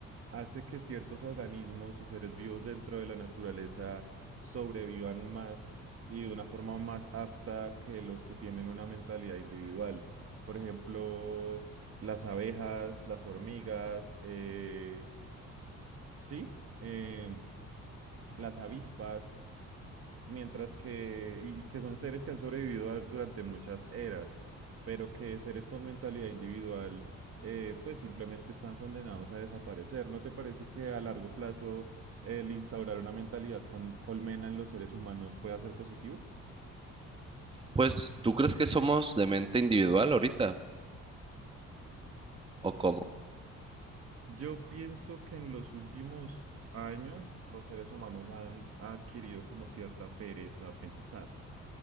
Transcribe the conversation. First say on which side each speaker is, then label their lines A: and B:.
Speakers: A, on the right; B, on the right.
A: hace que ciertos organismos y seres vivos dentro de la naturaleza sobrevivan más y de una forma más apta que los que tienen una mentalidad individual? Por ejemplo, las abejas, las hormigas, eh, Sí, eh, las avispas, mientras que, y y que son seres que han sobrevivido a- durante muchas eras, pero que seres con mentalidad individual, eh, pues simplemente están condenados a desaparecer. ¿No te parece que a largo plazo el instaurar una mentalidad con colmena en los seres humanos pueda ser positivo?
B: Pues, ¿tú crees que somos de mente individual ahorita? ¿O cómo?
A: Yo pienso que en los últimos años los seres humanos han adquirido como cierta pereza a pensar.